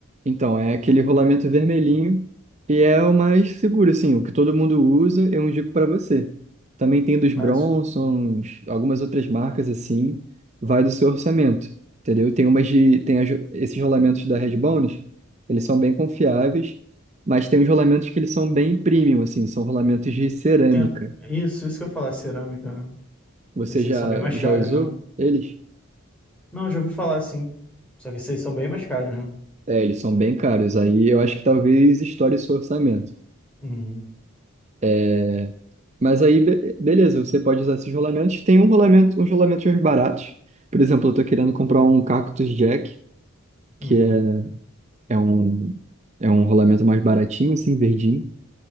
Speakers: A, on the right; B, in the centre.
A: Então, é aquele rolamento vermelhinho e é o mais seguro, assim, o que todo mundo usa, eu indico para você. Também tem dos
B: Mas.
A: Bronsons,
B: uhum.
A: algumas outras marcas, assim, vai do seu orçamento, entendeu? Tem umas de, tem as- esses rolamentos da Red Bones, eles são bem confiáveis, mas tem os rolamentos que eles são bem premium, assim, são rolamentos de cerâmica.
B: Tem... Isso, isso que eu ia falar, cerâmica, né?
A: Você
B: Esses
A: já,
B: aí são bem mais
A: já
B: caros,
A: usou
B: né?
A: eles?
B: Não, já ouvi falar, sim. Só que esses aí são bem mais caros, né?
A: É, eles são bem caros. Aí eu acho que talvez estoure seu orçamento.
B: Uhum,
A: É, mas aí, be- beleza, você pode usar esses rolamentos. Tem um rolamento, uns rolamentos mais baratos. Por exemplo, eu tô querendo comprar um Cactus Jack, que
B: uhum.
A: é, é um, é um rolamento mais baratinho, assim, verdinho.